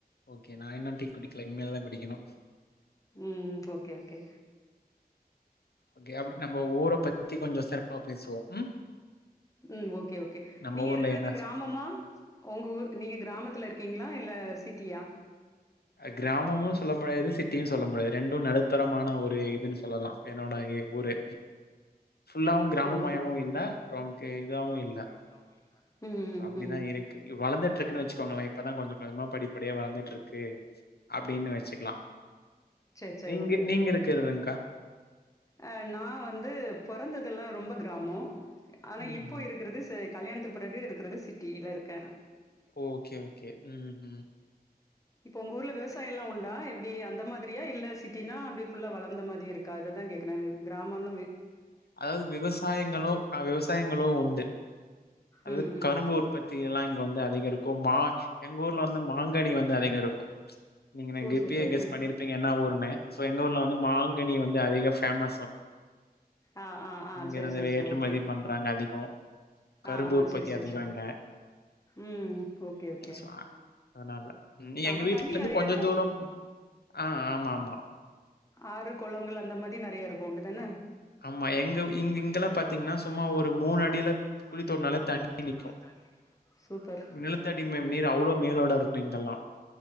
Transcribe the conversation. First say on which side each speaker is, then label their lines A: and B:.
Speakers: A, on the left; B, on the left.
A: ஓகே நா இன்னு டீ குடிக்கல இனிமேல தா குடிக்கணு
B: ம் ஓகே ஓகே
A: ஓகே அப்டி நம்ம ஊர பத்தி கொஞ்சோ சிறப்பா பேசுவோ ம்
B: ம் ஓகே ஓகே
A: நம்ம
B: நீங்க
A: ஊர்ல
B: இருக்கறது
A: என்ன
B: கிராமமா
A: ஸ்பெஷல்
B: உங்க ஊர் நீங்க கிராமத்துல இருக்கீங்களா இல்ல சிட்டியா
A: ஆ கிராமமு சொல்ல முடியாது சிட்டியு சொல்ல முடியாது ரெண்டு நடுத்தரமான ஒரு இதுன்னு சொல்லலா என்னோட ஏ ஊரு ஃபுல்லாவு கிராம
B: ஓ
A: மயமும் இல்ல நமக்கு இதாவு இல்ல
B: கிராம இல்ல ம்
A: அப்டிதா
B: ம் ம்
A: இருக்கு வளந்துட்டு இருக்குன்னு வச்சுக்கோங்களே இப்பதா கொஞ்ச கொஞ்சமா படிப்படியா வளந்துட்டு இருக்கு அப்டின்னு வச்சுக்கலா
B: சேரி சேரி
A: நீங்க
B: ஓகே
A: நீங்க
B: ஓகே
A: இருக்கிறதுங்க்கா?
B: ஆ நா வந்து பொறந்ததெல்லா ரொம்ப கிராமோ ஆனா
A: ம்.
B: இப்போ இருக்கறது செ கல்யாணத்துக்கு பிறகு இருக்கறது சிட்டியில இருக்க
A: ஓகே ஓகே ம் ம்
B: இப்ப உங்க ஊர்ல விவசாயம்லா உண்டா எப்டி அந்த மாதிரியா இல்ல சிட்டின்னா அப்டி ஃபுல்லா வளந்த மாதிரி இருக்கா அததா கேக் எனது கிராமம் இன்னுமே
A: அதாவது விவசாயங்களோ ஆ விவசாயங்களோ உண்டு அதாவது
B: ம், ம்.
A: கரும்பு உற்பத்தில்லா இங்கே வந்து அதிக இருக்கு மா எங்க ஊர்ல வந்து மாங்கனி வந்து அதிக இருக்கு நீங்க என்னகெப்பயே
B: ஓ! சூப்பர்.
A: கெஸ்
B: ம்.
A: பண்ணிருப்பீங்க என்னா ஊருன்னு சோ எங்க ஊர்ல வந்து மாங்கனி வந்து அதிக பேமஸ்
B: அ அ அ
A: இங்க
B: செரி
A: இருந்து
B: செரி
A: ஏற்றுமதி
B: ஓகே
A: பண்றாங்க அதிகம். கரும்பு
B: ஆ ஆ,
A: உற்பத்தி
B: சேரி, சேரி,
A: அதிகம்
B: சேரி,
A: இங்க.
B: ம் ஓகே ஓகே
A: சோ அதனால. ம் எங்க
B: ஆமா
A: வீட்லருந்து
B: தண்ணி நறைய
A: கொஞ்சம்
B: இருக்கு
A: தூரம் போ ஆ ஆமாமா.
B: ஆறு குளங்கள் அந்த மாரி நெறையா இருக்கு அப்டிதானே
A: ஆமா எங்க இங்
B: ஆமா
A: இங்கலாம்
B: எங்க
A: பாத்தீங்கன்னா,
B: இங்க இங்கெல்லா
A: சும்மா
B: பாத்தீங்கன்னா
A: ஒரு
B: சும்மா
A: அடியில
B: ஒரு மூணு
A: குழி
B: அடில
A: தோண்டுனாலே தண்ணி
B: குழி தோண்டுனால
A: நிக்கும்.
B: தண்ணி நிக்கு சூப்பர்
A: நிலத்தடி மே நீர் அவ்ளோ மேலோட இருக்கும் இங்கெல்லாம்.